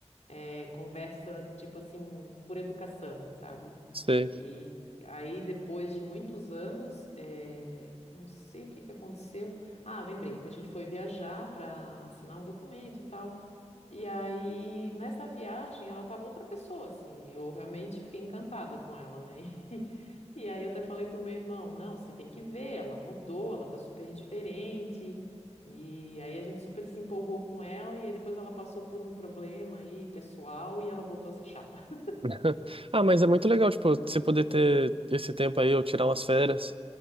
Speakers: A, on the left (about 75°); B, on the right (about 50°).
A: é, conversa do tipo assim por educação, sabe?
B: Sei.
A: E aí depois de muitos anos, é, não sei o que que aconteceu. Ah, lembrei que a gente foi viajar para assinar um documento e tal. E aí, nessa viagem, ela tava outra pessoa, assim. Eu realmente fiquei encantada com ela, né? <laughs> E e aí eu até falei pro meu irmão, não, você tem que ver, ela mudou, ela tá super diferente. E aí a gente super se empolgou com ela, e aí depois ela passou por um problema aí, pessoal, e ela voltou a ser chata. <laughs>
B: <laughs> Ah, mas é muito legal, tipo, você poder ter esse tempo aí, ou tirar umas férias,